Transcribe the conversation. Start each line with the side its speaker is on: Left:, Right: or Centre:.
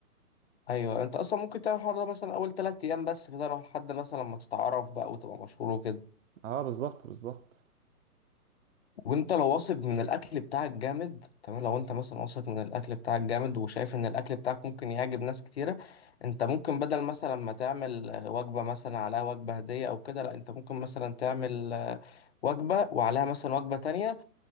Left: ايوه انت اصلا ممكن تعمل الحوار ده مثلا اول ثلاث ايام بس كده لو لحد مثلا ما تتعرف بقى وتبقى مشهور وكده
Right: اه بالظبط بالظبط
Left: وانت لو واثق من الاكل بتاعك جامد تمام لو انت مثلا واثق من الاكل بتاعك جامد وشايف ان الاكل بتاعك ممكن يعجب ناس كتيره انت ممكن بدل مثلا ما تعمل آه، وجبه مثلا عليها وجبه هديه او كده لا انت ممكن مثلا تعمل آه، وجبه وعليها مثلا وجبه تانية